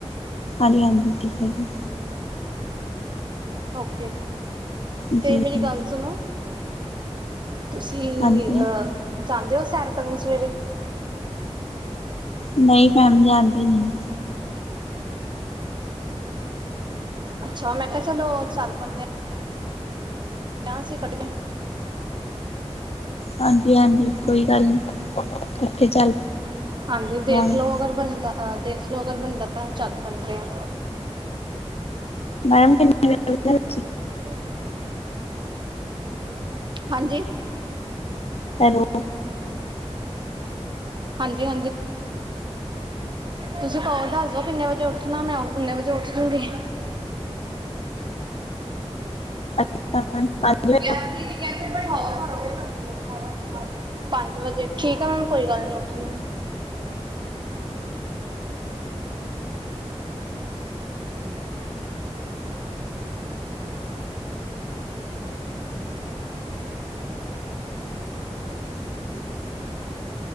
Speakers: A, on the left; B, on the right.
A: ਹਾਂਜੀ-ਹਾਂਜੀ ਠੀਕ ਹੈ ਜੀ।
B: ਓਕੇ
A: ਜੀ-ਜੀ,
B: ਤੇ ਮੇਰੀ ਗੱਲ ਸੁਣੋ ਤੁਸੀਂ
A: ਹਾਂਜੀ,
B: ਅ ਜਾਂਦੇ ਹੋ ਸੈਰ ਕਰਨ ਸਵੇਰੇ
A: ਨਹੀਂ ਮੈਮ ਜਾਂਦੀ ਨਈ
B: ਅੱਛਾ ਮੈਂ ਕਿਹਾ ਚਲੋ ਚੱਲ ਪੈਂਦੇ ਆ <unintelligible>
A: ਹਾਂਜੀ-ਹਾਂਜੀ ਕੋਈ ਗੱਲ ਨੀ ਇਕੱਠੇ ਚੱਲ
B: ਹਾਂਜੀ
A: ਪਵਾਂਗੇ।
B: ਦੇਖਲੋ ਅਗਰ ਬਣਦਾ ਦੇਖ ਲਓ ਅਗਰ ਬਣਦਾ ਤਾਂ ਚੱਲ ਪੈਂਦੇ ਆ
A: ਮੈਮ <unintelligible>
B: <inaudible> ਹਾਂਜੀ
A: ਹੈਲੋ
B: ਹਾਂਜੀ-ਹਾਂਜੀ ਤੁਸੀਂ ਕੋਲ ਦੱਸ ਦੋ ਕਿੰਨੇ ਵਜੇ ਉੱਠ ਨਾ ਮੈਂ ਉਨੇ ਵਜੇ ਉੱਠਜੁਗੀ
A: ਅੱਛਾ ਮੈਡਮ ਪੰਜ ਵਜੇ
B: <unintelligible> ਪੰਜ ਵਜੇ, ਠੀਕ ਆ ਕੋਈ ਮੈਡਮ ਕੋਈ ਗੱਲ ਨੀ ਉੱਠ ਜਾਓਗੀ।